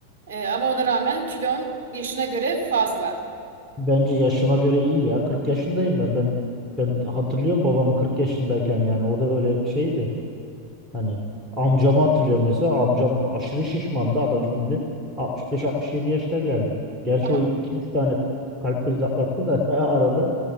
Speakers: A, on the right; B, on the right.
A: Ee, ama ona rağmen kilon yaşına göre fazla.
B: bence yaşıma göre iyi ya. kırk yaşındayım ben. Ben ben hatırlıyorum babamı 40 yaşındayken yani o da böyle şeydi. Hani amcamı hatırlıyorum mesela. Amcam aşırı şişmandı. Adam şimdi 65-67 yaşına geldi. Gerçi
A: Ama
B: o iki üç tane kalp krizi atlattı da <laughs> arada.